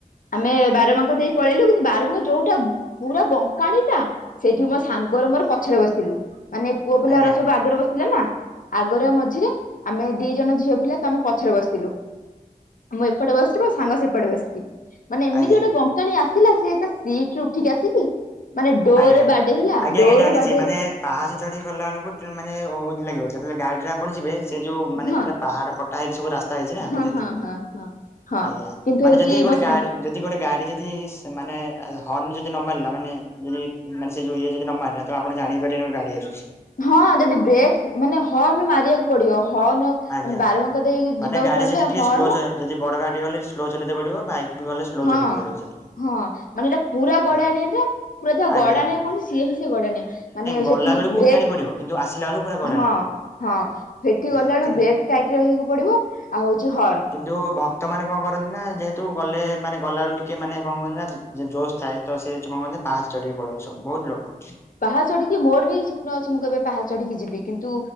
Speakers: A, on the left (about 65°); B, on the left (about 20°).
A: ଆମେ ବାର ବାଙ୍କ ଦେଇ ପଳେଇଲୁ କିନ୍ତୁ ବାର ବାଙ୍କ ଯୋଉ ପା ପୁରା ବଙ୍କାଣୀ ଟା। ସେଇଠି ମୋ ସାଙ୍ଗରେ ମୋର ପଛରେ ବସିଥିଲୁ ମାନେ ପୁଅ ପିଲା
B: ଆଜ୍ଞା
A: ରା ସବୁ ଆଗରେ ବସିଥିଲେ ନା। ଆଗରେ ମଝିରେ ଆମେ ଦି ଜଣ ଝିଅ ପିଲା ତ ଆମେ ପଛରେ ବସିଥିଲୁ। ମୁଁ ଏପଟେ ବସିଛି ମୋ ସାଙ୍ଗ ସେପଟେ ବସିଛି ମାନେ ଏମିତି
B: ଆଜ୍ଞା
A: ଗୋଟେ ବଙ୍କ ଜାଣି ଆସିଲା ସିଏ ତା ସିଟରେ ଉଠିକି ଆସିକି ମାନେ ଡୋର
B: ଆଜ୍ଞା
A: ରେ ବାଡେ ହେଲା
B: ଆଜ୍ଞା
A: ଡୋରୁ
B: ଆଜ୍ଞା ଜାଣିଛି
A: ବାଡେଇ
B: ମାନେ
A: ହେଇ
B: ପାହାଚ ଚଢେଇ ଗଲା ବେଳକୁ ମାନେ ଲାଗିବ ଯେତେବେଳେ ଗାଡିରେ ଆପଣ ଯିବେ ସେ ଯୋଉ ମାନେ
A: ହଁ
B: ପାହାଡ଼। ହଁ ହେଇକି ସବୁ ରାସ୍ତା ହେଇଛି ନା
A: ହଁ
B: ତ ସେଥିପାଇଁ,
A: ହଁ ହଁ ହଁ। ହଁ
B: ଆଜ୍ଞା
A: କିନ୍ତୁ
B: ମାନେ
A: ହଉଛି
B: ଯଦି ଗୋଟେ
A: ମୋ ସାଙ୍ଗ
B: ଗାଡି ଯଦି ଗୋଟେ ଗାଡି ଯଦି ମାନେ ହର୍ଣ ଯଦି ନ ମାରିଲା ମାନେ ଉଁ ଯଦି ମାନେ ସେ ଯୋ ଇଏ ଯଦି ନ ମାରିଲା ତ ଆପଣ ଜାଣି ବି ପାରିବେନି ଗାଡି ଆସୁଛି।
A: ହଁ ଯଦି ବ୍ରେକ୍ ମାନେ ହର୍ଣ ମାରିବାକୁ ପଡିବ ହର୍ଣ ମାନେ
B: ଆଜ୍ଞା।
A: ବାରବାଙ୍କର ଦେଇକି
B: ମାନେ
A: ଯିବାକୁ
B: ଗାଡି
A: ପଡିଲେ
B: ସେଠି ଟିକେ
A: ହର୍ଣ।
B: ସ୍ଲୋ ଚ ଯଦି ବଡ ଗାଡି ଗଲେ ସ୍ଲୋ ଚଲେଇ ତେ ପଡିବ ବାଇକ୍ ବି ଗଲେ ସ୍ଲୋ
A: ହଁ
B: ଚଲେଇତେ ପଡିବ ସେଠି।
A: ହଁ ମାନେ ଏଇଟା ପୁରା ଗଡା
B: ଆଜ୍ଞା
A: ନିଆଟା ପୁରା ଯା
B: ଆଜ୍ଞା
A: ଗଡା ନି କଣ ସିଏ ହିଁ ସେ ଗଡଣିଆ ମାନେ
B: ଗଲା
A: ସେଠି
B: ବେଳକୁ
A: ବ୍ରେକ୍
B: ଉଠାଣି ପଡିବ କିନ୍ତୁ ଆସିଲା ବେଳକୁ ପୁରା ଗଡାଣି
A: ହଁ।
B: ପଡିବ।
A: ହଁ ସେଠି
B: ଆଜ୍ଞା
A: ଗଲା ବେଳକୁ
B: କିନ୍ତୁ
A: ବ୍ରେକ୍ ଟାଇଟ ରହିବାକୁ ପଡିବ ଆଉ ହଉଛି ହର୍ଣ।
B: ଯଉ ତ ମାନ କଣ କରନ୍ତି ନା ଯେହେତୁ ଗଲେ ମାନେ ଗଲା ବବେଳୁ ଟିକେ ମାନେ କଣ କରନ୍ତି ନା ଯେ ଜୋସ୍ ଥାଏ ତ ସେ କଣ କର ପାହାଚ ଚଢିକି ପଳୁଅନ୍ତି ସବୁ ବହୁତ ଲୋକ।
A: ପାହାଚ ଚଢିକି ମୋର ବି ସ୍ୱପ୍ନ ଅଛି ମୁଁ କେବେ ପାହା ଚଢିକି ଯିବି କିନ୍ତୁ